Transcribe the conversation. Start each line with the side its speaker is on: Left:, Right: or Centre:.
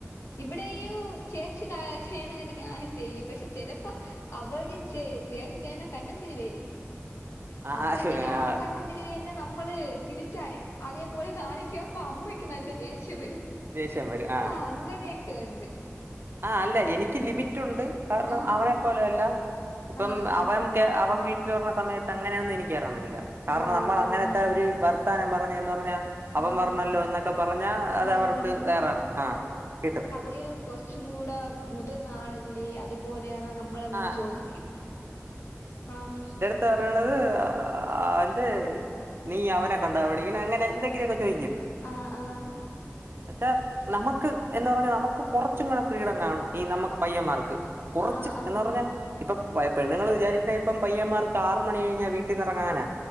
Left: ഇവിടെയും ചേച്ചി ചെയ്യ്ണ കണ്ട് ഞാനും ചെയ്യും പക്ഷെ ചെലപ്പൊ അവര് ചെ ചേച്ചി ചെയ്യ്ണ കന്നന്തിരിവായിരിക്കും
Right: ആഹ്
Left: അപ്പഴത്തേക്ക് ആ കന്ന ന്തിരിവെന്നെ നമ്മള് തിരിച്ച് അതേപോലെ കാണിക്ക്മ്പൊ അമ്മക്ക് നല്ല ദേഷ്യം വരും
Right: ദേഷ്യം വരും
Left: അങ്ങനെയൊക്ക്ണ്ട്
Right: ആ അല്ല എനിക്ക് ലിമിറ്റ് ഉണ്ട് കാരണം
Left: ആഹ്
Right: അവന നെ പോലെ അല്ല ഇപ്പം
Left: ആഹ്
Right: അവൻ അവൻ വീട്ടിൽ വര്ന്ന സമയത്ത് അങ്ങനെയൊന്നും എനികേറാൻ പറ്റ ത്തില്ല കാരണം
Left: ആഹ്
Right: നമ്മൾ അങ്ങനത്തെ ഒരു വർത്താനം പറഞ്ഞ ന്ന് പറഞ്ഞാ അവൻ
Left: ആഹ്
Right: പറഞ്ഞല്ലോ എന്നൊക്കെ പറഞ്ഞാൽ അത്
Left: വരുന്നുണ്ട്
Right: അവർക്ക് വേറെ ആ കിട്ടും
Left: ടൂ കൊറച്ചും കൂടെ മുതിർന്ന ആളല്ലേ അതുപോലെയാണോ നമ്മ നമ്മളന്ന്
Right: ആഹ്
Left: ചോദിക്കും ആഹ്
Right: തറിയണത് ആ ആ എന്ത് നീ അവനെ കണ്ട പടിക്കനെ അങ്ങനെ എന്തെങ്കിലൊക്കെ ചോയിക്കും
Left: ആഹ് ആഹ്
Right: പക്ഷെ നമുക്ക് എന്ന് പറഞ്ഞാ നമുക്ക് കുറച്ചും കൂടെ ഫ്രീഡം കാണും ഈ നമ്മക്ക് പയ്യന്മാർക്ക് കൊറച്ച്
Left: ആഹ് ആഹ്
Right: ഇപ്പൊ പെണ്ണങ്ങൾ വിചാരിക്കണ ഇപ്പം പയ്യന്മാർക്ക് ആറ് മണി കഴിഞ്ഞാ വീട്ടിൽന്ന് ഇറങ്ങ അങ്ങനെ